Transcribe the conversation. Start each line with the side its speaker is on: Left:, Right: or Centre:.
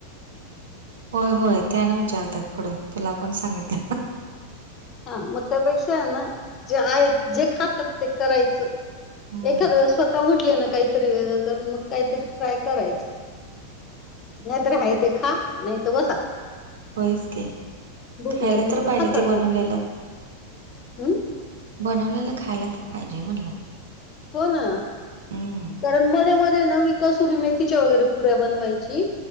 Right: होय होय ते आणि विचारतात पुढं तुला कोण सांगितल?
Left: हा मग त्यापेक्षा आहेना जे आहेत, जे खातात ते करायचं.
Right: हं,
Left: एखाद वेळेस स्वतः म्हटले ना काहीतरी वेगळं कर मग काहीतरी ट्राय करायचं.
Right: हां.
Left: नाहीत तर आहे ते खा नाहीत बसा.
Right: होयच की.
Left: भूक
Right: खायला
Left: लागली
Right: तर
Left: की
Right: पाहिजे
Left: खातात
Right: ते बनवलेलं.
Left: गपचूप. हमं
Right: बनवलेलं खायला तर पाहिजे म्हणलं.
Left: हो ना.
Right: हं,
Left: कारण मध्ये मध्ये ना मी कस्तुरी मेथीच्या वगैरे पुऱ्या बनवायची.